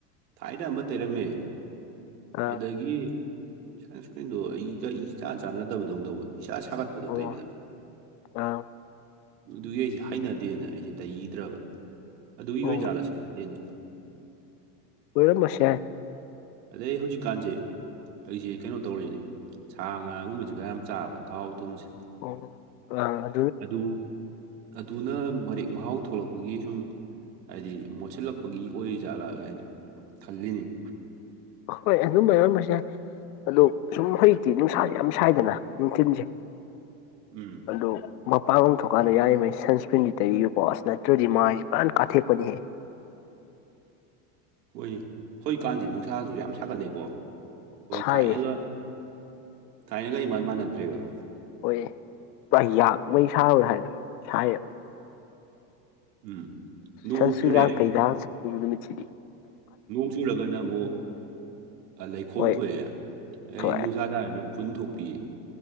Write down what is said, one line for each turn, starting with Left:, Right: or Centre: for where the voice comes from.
Right: ꯊꯥꯏꯅ ꯑꯃꯝꯕ ꯇꯩꯔꯝꯃꯦ
Left: ꯑꯥ
Right: ꯑꯗꯒꯤ ꯁꯟꯁꯀ꯭ꯔꯤꯟꯗꯣ ꯑꯩꯒ ꯏ ꯆꯥꯟ ꯆꯥꯟꯅꯗꯕꯗꯧꯅ ꯇꯧꯕꯅꯦ ꯏꯁꯥ ꯁꯥꯒꯠꯄꯗꯣ
Left: ꯑꯣ
Right: ꯇꯩꯕꯗ
Left: ꯑꯥ
Right: ꯑꯗꯨꯒꯤ ꯑꯩꯁꯦ ꯍꯥꯏꯅꯗꯦꯅ ꯑꯩꯁꯦ ꯇꯩꯈꯤꯗ꯭ꯔꯕ ꯑꯗꯨꯒꯤ
Left: ꯑꯣ
Right: ꯌꯦꯟ
Left: ꯄꯣꯣꯟ ꯃꯁꯦ
Right: ꯑꯗꯩ ꯍꯧꯖꯤꯛꯀꯥꯟꯁꯦ ꯑꯩꯁꯤ ꯀꯩꯅꯣ ꯇꯧꯔꯤꯅꯦ ꯁꯥ ꯉꯥꯒꯨꯝꯕꯕꯁꯤ ꯈꯔ ꯌꯥꯝ ꯆꯥꯕ ꯊꯥꯎ ꯊꯨꯝꯁꯦ
Left: ꯑꯣ ꯑ
Right: ꯑꯗꯨ ꯑꯗꯨꯅ ꯃꯔꯦꯛ ꯃꯍꯥꯎ ꯊꯣꯛꯂꯛꯄꯒꯤ ꯁꯨꯝ ꯍꯥꯏꯗꯤ ꯃꯣꯠꯁꯤꯜꯂꯛꯄꯒꯤ ꯑꯣꯏꯔꯤ ꯖꯥꯠꯂꯥ ꯀꯥꯏꯅ ꯈꯜꯂꯤꯅꯤꯅꯦ
Left: ꯍꯣꯏ ꯑꯗꯨꯝꯕ ꯌꯥꯎꯔꯝꯕꯁꯦ ꯑꯗꯣ ꯁꯨꯝ ꯍꯧꯖꯤꯛꯇꯤ ꯅꯨꯡꯁꯥꯁꯦ ꯌꯥꯝ ꯁꯥꯏꯗꯅ ꯅꯨꯡꯊꯤꯤꯟꯁꯦ
Right: ꯎꯝ
Left: ꯑꯗꯨꯣ ꯃꯄꯥꯡ ꯑꯃ ꯊꯣꯛꯀꯥꯟꯗ ꯌꯥꯔꯤꯉꯩ ꯁꯟꯁꯀ꯭ꯔꯤꯟꯗꯤ ꯇꯧꯔꯤ ꯌ ꯄꯁ ꯅꯠꯇ꯭ꯔꯗꯤ ꯃꯥꯥꯏꯁꯦ ꯄꯨꯔꯥꯟ ꯀꯥꯊꯦꯛꯄꯅꯤꯍꯦ
Right: ꯍꯣꯏꯅꯦ ꯍꯧꯖꯤꯛꯀꯥꯟꯁꯤꯦ ꯅꯨꯡꯁꯥꯁꯨ ꯌꯥꯝ ꯁꯥꯒꯠꯂꯦꯀꯣ ꯑꯩꯣꯏ
Left: ꯁꯥꯏꯌꯦ
Right: ꯊꯥꯏꯅꯒ ꯊꯥꯏꯅꯒ ꯑꯩ ꯏꯥꯟ ꯃꯥꯟꯅꯗ꯭ꯔꯦꯕ
Left: ꯍꯣꯏ ꯄꯨꯔꯥ ꯌꯥꯛꯕꯩ ꯁꯥꯕ꯭ꯔꯥ ꯍꯥꯏꯗꯣ ꯁꯥꯏꯌꯦꯕ
Right: ꯎꯝ ꯅꯣꯡ
Left: ꯁꯁ
Right: ꯆꯨꯔꯦ
Left: ꯄꯩꯗꯥ ꯃꯆ
Right: ꯅꯣꯡ ꯆꯨꯔꯒꯅ ꯑꯃꯨꯛ ꯂꯩꯈꯣꯝ
Left: ꯍꯣꯏ
Right: ꯊꯣꯛꯑꯦ ꯑꯩ
Left: ꯊꯣꯛꯑꯦ
Right: ꯅꯨꯡꯁꯥ ꯊꯥꯔꯅ ꯎꯐꯨꯟ ꯊꯣꯛꯄꯤꯌꯦ